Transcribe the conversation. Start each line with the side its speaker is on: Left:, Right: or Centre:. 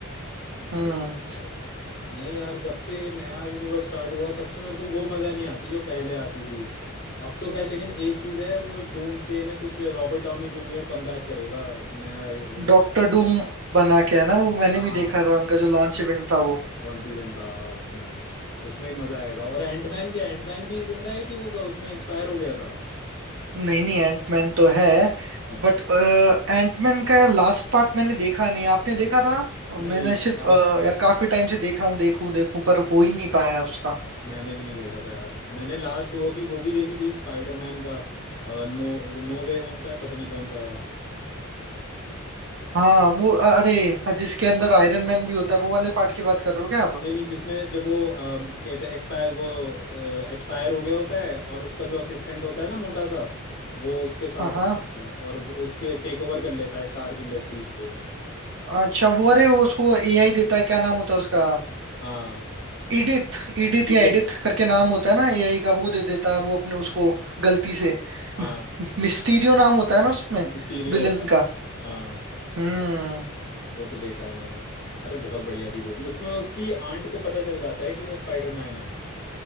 Left: भाई
Right: हम्म
Left: साहब नहीं यार जब से ये नया यूनिवर्स स्टार्ट हुआ है तब से मेरे को वो मज़ा नहीं आती जो पहले आती थी अब तो खैर लेकिन एक चीज़ है वो डूम्सडे में कुछ रॉबर्ट डाउनी जूनियर कमबैक करेगा नया वो बन-
Right: डॉक्टर डूम बना के है ना वो मैंने
Left: हाँ
Right: भी देखा था उनका जो लॉन्च इवेंट था वो
Left: लॉन्च इवेंट था हाँ, उसमें उसमें ही मज़ा आएगा और एंटमैन क्या एंटमैन भी जिंदा है कि वो उसमें एक्सपायर हो गया था
Right: नहीं नहीं एंटमैन तो है
Left: हाँ
Right: बट एंटमैन का लास्ट पार्ट मैंने देखा नहीं आपने देखा था मैंने
Left: नहीं यार
Right: सिर्फ
Left: लास्ट
Right: अ, यार काफी टाइम से देख रहा हूँ देखूं देखूं पर हो ही नहीं पाया उसका
Left: मैंने भी नहीं देखा था यार मैंने लास्ट वो भी वो भी देखी थी स्पाइडरमैन का नो नो वे होम था पता नहीं कौन सा था
Right: हाँ वो अ- अरे हाँ, जिसके अंदर आयरन मैन भी होता है वो वाले पार्ट की बात कर रहे हो क्या आप
Left: नहीं नहीं जिसमें जब वो अम, कहते हैं एक्सपायर वो एक्सपायर हो गया होता है और उसका जो असिस्टेंट होता है ना मोटा सा वो उसके साथ
Right: हाँ हाँ
Left: रहता है और वो उसके टेक ओवर कर लेता है स्टार्क इंडस्ट्रीज को
Right: अच्छा वो अरे वो उसको एआई देता है क्या नाम होता है उसका
Left: हाँ
Right: इडिथ इडिथ
Left: ठीक
Right: या
Left: है
Right: एडिथ करके नाम होता है ना एआई का वो दे देता है वो अपने उसको गलती से
Left: हाँ हाँ
Right: <laughs> मिस्टीरियो नाम होता है ना उसमें
Left: मिस्टीरियो
Right: विलन
Left: होता है
Right: का
Left: हाँ
Right: हम्म
Left: वो तो देखा है मैंने अरे बहुत बढ़िया थी वो भी उसमें उसकी आंट को पता चल जाता है कि वो स्पाइडरमैन है